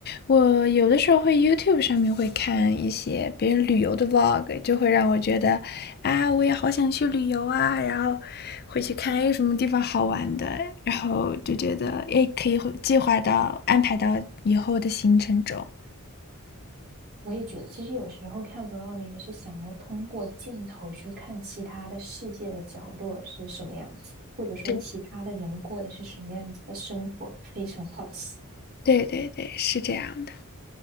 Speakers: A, on the left; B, on the right.
A: 我有的时候会 YouTube 上面会看一些别人旅游的 vlog，就会让我觉得啊，我也好想去旅游啊，然后回去看哎有什么地方好玩的，然后就觉得哎可以会计划到安排到以后的行程中。
B: 我也觉得，其实有时候看 vlog 也是想要通过镜头去看其他的世界的角落是什么样子的或者说其他的人过的是什么样子的生活，
A: 对
B: 非常好奇。
A: 对对对，是这样的。